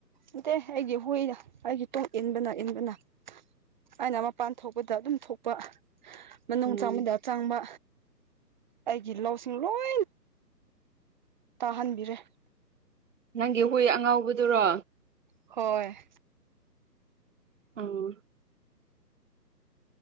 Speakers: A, on the right (about 25°); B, on the right (about 50°).
A: ꯅꯠꯇꯦ ꯑꯩꯒꯤ ꯍꯨꯏꯅ ꯑꯩꯒꯤ ꯇꯨꯡ ꯏꯟꯕꯅ ꯏꯟꯕꯅ ꯑꯩꯅ ꯃꯄꯥꯟ ꯊꯣꯛꯄꯗ ꯑꯗꯨꯝ ꯊꯣꯛꯄ ꯅꯅꯨꯡ
B: ꯎꯝ
A: ꯆꯥꯕꯗ ꯑꯆꯥꯡꯕ ꯑꯩꯒꯤ ꯂꯧꯁꯤꯡ ꯂꯣꯏ ꯇꯥꯍꯟꯕꯤꯔꯦ
B: ꯅꯪꯒꯤ ꯍꯣꯏ ꯑꯉꯥꯎꯕꯗꯨꯔꯣ
A: ꯍꯣꯏ
B: ꯑꯣ